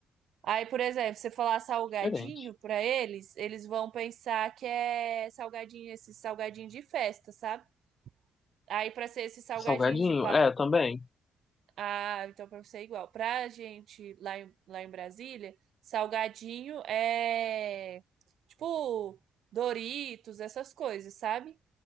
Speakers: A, on the right; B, on the left.
A: aí, por exemplo, você falar salgadinho
B: Diferente.
A: pra eles, eles vão pensar que é salgadinho, esse salgadinho de festa, sabe? Aí pra ser esse salgadinho
B: Salgadinho,
A: de pa...
B: é, também.
A: Ah, então pra você é igual. Pra gente lá em, lá em Brasília, salgadinho é tipo Doritos, essas coisas, sabe?